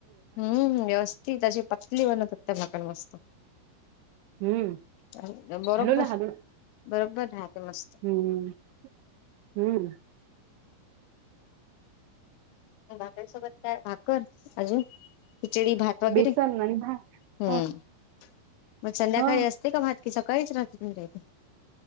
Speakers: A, on the left (about 85°); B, on the right (about 80°).
A: हम्म व्यवस्थित अशी पतली बनत त्या भाकण मस्त
B: हम्म
A: बरोबर
B: हलवला हलवला
A: बरोबर. राहते मस्त
B: हम्म हम्म.
A: बाकईसोबत काय भाकर अजून. खिचडी भात वगैरे
B: बेसन आणि भात
A: हम्म.
B: ह
A: मग संध्याकाळी
B: ह
A: असते का मात की सकाळीच राहते तुमच्या इथे.